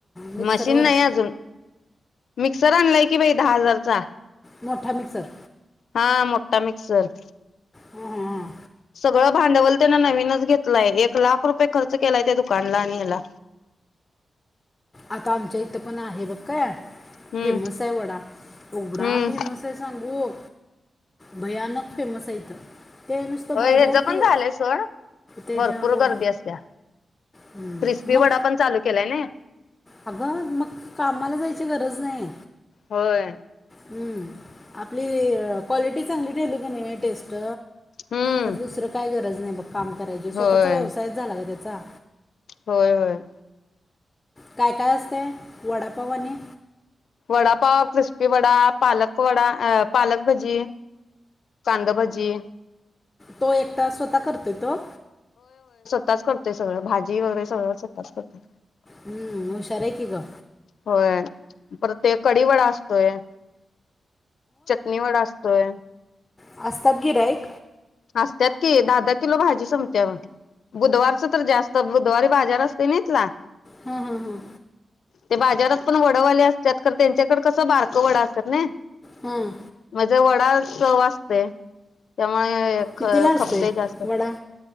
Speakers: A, on the left; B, on the left.
A: मिक्सर
B: मशीन
A: वर
B: नाही अजून मिक्सर आणलय की बाई दहा हजारचा
A: मोठा मिक्सर
B: हा मोठा मिक्सर
A: हम्म हा हा
B: सगळं भांडवल तेन नवीनच घेतलंय एक लाख रुपये खर्च केलाय त्या दुकानला आणि ह्याला
A: आता आमच्या इथं पण आहे बघ कया
B: हम्म
A: फेमस आहे वडा एवढा
B: हम्म
A: फेमस आहे सांगू. भयानक फेमस आहे इथं. ते नुसतं
B: हेज
A: भाऊभाऊ ते
B: पण झालंय सोड
A: ते
B: भरपूर
A: जे व-
B: गर्दी असत्या
A: हं.
B: क्रिस्पी
A: मग
B: वडा पण चालू केलाय नाइ.
A: अगं मग कामाला जायची गरज नाही.
B: होय
A: हम्म आपली क्वालिटी चांगली ठेवली की नाही टेस्ट.
B: हम्म
A: तर दुसरं काय गरज. नाही बग. काम करायच स्वतचा
B: होय
A: व्यवसायच झाला ग त्या. जा.
B: होय होय!
A: काय काय असतय वडापाव आणि.
B: वडा पाव क्रिस्पी वडा, पालक वडा, अ पालक भजी, कांंद भजी.
A: तो एकटा स्वतः करतोय तो.
B: ताच करतोय सगळं भाजी वगैरे सगळं स्वताच करतो
A: हूं हुशार आहे की ग.
B: होय पर ते कडी वडा असतोय. चटणी वडा असतोय.
A: आसतात गिराईक?
B: असत्यात की दादा किलो भाजी समतीया बुधवारच तर जास्त बुधवारी बाजार असतोय ना इथला,
A: हां हां हां
B: ते बाजारात पण वडवाले असतात खरं तेच्याकड कस बारक वडा असत्यात, नई
A: हां
B: म ज वडा चव आसतय त्यामुळे.
A: कितीला
B: ख
A: असतोय
B: खपतय जास्त
A: वडा